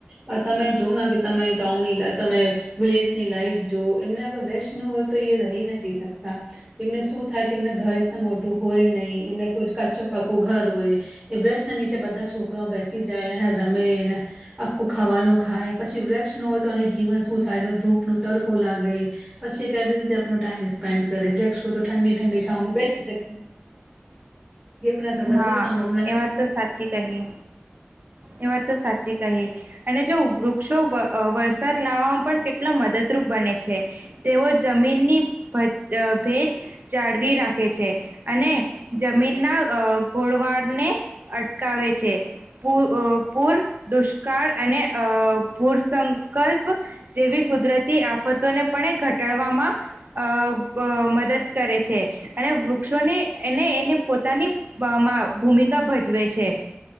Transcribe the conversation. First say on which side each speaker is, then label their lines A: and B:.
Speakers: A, on the right; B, on the right.
A: પણ તમે જો ને કે તમે ગાંવ ની લાઇફ, તમે વિલેજની લાઈફ જો એમને અગર બેસ્ટ નું હોય તો એ રહી નથી શકતા એમને શું થાય કે એમને ઘર એટ મોટું હોય નહ એમને કોઈ કાચો પાકું ઘર હોય એ વેસ્ટ નીચે બધા છોકરાઓ બેસી જાય અને રમેને આખું ખાવાનું ખાય પછી વૃક્ષ ન હોય તો અને જીવન શું થાય. એમને ધૂપ નો તડકો લાગે પછી કેવી રીતે આપનો ટાઈમ સ્પેન્ડ કરે. વૃક્ષ હોય તો ઠંડી ઠંડી છાવ માં બેસી શકે. ઈ આપણા સે બધું
B: હા
A: કામ આપના
B: એ વાત તો સાચી કહી એ વાત તો સાચી કહી અને જો વૃક્ષો વરસાદ લાવવામાં પણ કેટલો મદદરૂપ બને છે તેઓ જમીનની ભેજ જાળવી રાખે છે અને જમીનના ઘોળવાડને અટકાવે છે પ પૂર દુષ્કાળ અને અ ભૂર સંકલ્પ જેવી કુદરતી આફતોને પણ ઘટાડવામાં અ મદદ કરે છે અને વૃક્ષોની એને એની પોતાની ભૂમિકા ભજવે છે